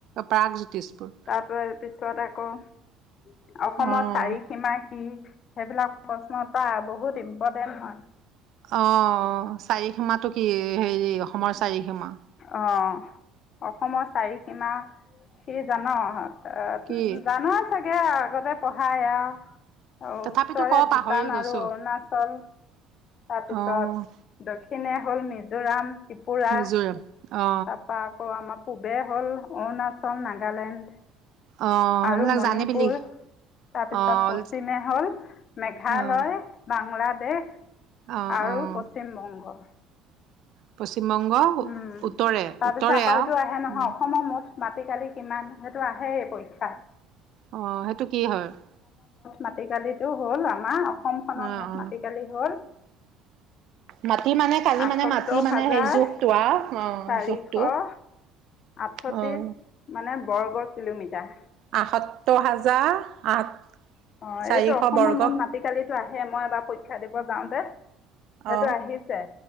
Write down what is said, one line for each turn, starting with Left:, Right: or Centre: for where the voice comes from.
Right: প্ৰাগ জ্যোতিষপুৰ
Left: তাৰপ পিছত আকৌ । অসমত
Right: অ',
Left: চাৰি সীমা কি সেইবিলাক । প্ৰশ্নতটা বহুত ইম্পৰ্টেন্ট হয় ।
Right: অ চাৰিসীমাটো কি হেৰি অসমৰ চাৰিসীমা ।
Left: অ অসমৰ চাৰি সীমা কি জানা। অ
Right: কি
Left: জান । চাগে আৰু আগতে পঢ়ায় এয়া । অ
Right: তথাপিতো
Left: উত্তৰে
Right: ক
Left: ভূটান
Right: পাহৰি গৈছো
Left: আৰু অৰুণাচল । তাৰপিছত
Right: অ',
Left: দক্ষিণে । হ'ল মিজোৰাম। ত্ৰিপুৰা
Right: মিজোৰাম অ',
Left: তাৰ পৰা আকৌ আমাৰ পূব। যে হ'ল অৰুণাচল নাগালেণ্ড ।
Right: অ', অ',
Left: আৰু
Right: সেইবিলাক
Left: মণিপুৰ
Right: জানিবিলি
Left: তাৰপিছত
Right: অ',
Left: পশ্চিমে হ'ল মেঘালয়
Right: অ',
Left: বাংলাদেশ । হে।
Right: অ',
Left: আৰু
Right: অ',
Left: পশ্চিম বংগ ।
Right: পশ্চিমবংগ
Left: উম
Right: উত্তৰে
Left: তাৰপিছত
Right: উত্তৰে
Left: আকৌ
Right: আৰু
Left: এইটো আহে নহয়
Right: উম,
Left: অসমৰ মুঠ। মাটি কালি কিমান সেইটো আহে পৰীক্ষা।
Right: অ সেইটো কি হয় ।
Left: মাটিকালিতটো হ'ল আমাৰ । অসম খনৰ
Right: অ',
Left: মুঠ
Right: অ',
Left: মাতি কালি হ'ল ।
Right: মাটি মানে কালি
Left: আঠসত্তৰ
Right: মানে মাটি মানে
Left: হাজাৰ
Right: সেই জোখটো আ অ
Left: চাৰিশ
Right: জোখটো
Left: আঠত্ৰিশ
Right: আহ ।
Left: মানে বৰ্গ কিলোমিটাৰ ।
Right: আসত্তৰ হাজাৰ আঠ।
Left: অ
Right: চাৰিশ
Left: এইটো অসমৰ
Right: বৰ্গ
Left: মুঠ মাটি কালি আহে মই এবাৰ পৰীক্ষা দিব যাও দে সেইটো
Right: অ
Left: আহিছে